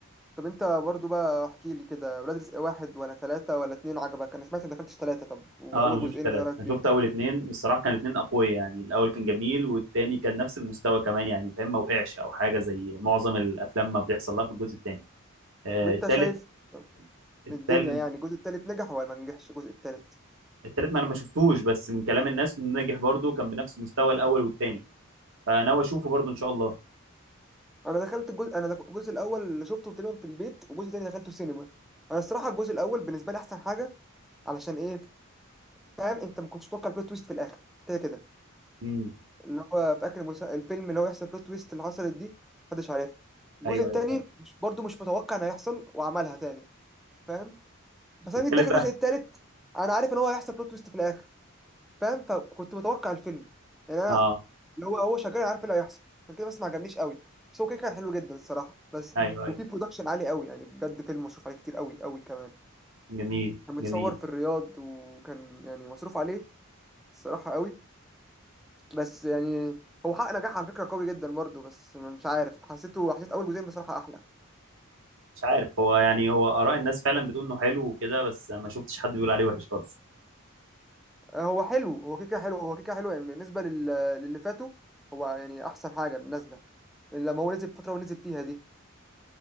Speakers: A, in the centre; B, on the right.
A: طب انت برضو بقى احكي لي كده ولاد رزق واحد ولا ثلاثة ولا اتنين عجبك انا سمعت انك دخلتش ثلاثة طب واول
B: اه انا ما
A: جزئين
B: شفتش ثلاثة
A: ايه رأيك
B: انا
A: فيهم
B: شفت اول اتنين الصراحة كان اتنين اقوياء يعني الاول كان جميل والتاني كان نفس المستوى كمان يعني فاهم ما وقعش او حاجة زي معظم الافلام ما بيحصل لها في الجزء التاني آه
A: طب انت
B: التالت
A: شايف
B: التالت
A: من الدنيا يعني الجزء التالت نجح ولا ما نجحش الجزء التالت
B: التالت ما انا ما شفتوش بس من كلام الناس انه نجح برضه كان بنفس مستوى الاول والتاني فناوي اشوفه برضه ان شاء الله
A: انا دخلت الجزء انا دخ- الجزء الاول اللي شفته تقريبا في البيت والجزء التاني دخلته سينما انا الصراحة الجزء الاول بالنسبة لي احسن حاجة علشان ايه فاهم انت ما كنتش تتوقع البلوت تويست في الاخر كده كده
B: امم
A: اللي هو في اخر المسا... الفيلم اللي هو يحصل بلوت تويست اللي حصلت دي محدش عارفها الجزء
B: ايوه
A: التاني
B: ايوه فاهم
A: مش برضه مش متوقع ان هيحصل وعملها تاني فاهم بس انا
B: التالت
A: جيت داخل
B: بقى
A: الجزء التالت انا عارف ان هو هيحصل بلوت تويست في الاخر فاهم فكنت متوقع الفيلم يعني انا
B: اه
A: اللي هو هو شغال عارف إيه اللي هيحصل عشان كده بس ما عجبنيش قوي بس هو كده كان حلو جدا الصراحه بس
B: ايوه ايوه
A: وفي برودكشن عالي قوي يعني بجد فيلم مصروف عليه كتير قوي قوي كمان
B: جميل
A: كان متصور
B: جميل
A: في الرياض وكان يعني مصروف عليه الصراحه قوي بس يعني هو حقق نجاح على فكرة قوي جدا برضه بس مش عارف حسيته حسيت أول جزئين بصراحة أحلى
B: مش عارف هو يعني هو اراء الناس فعلا بتقول انه حلو وكده بس ما شفتش حد بيقول عليه وحش خالص
A: هو حلو هو كيكة حلو هو كيكة حلو يعني بالنسبة لل... للي فاتوا هو يعني أحسن حاجة نازلة لما هو نزل في الفترة ونزل فيها دي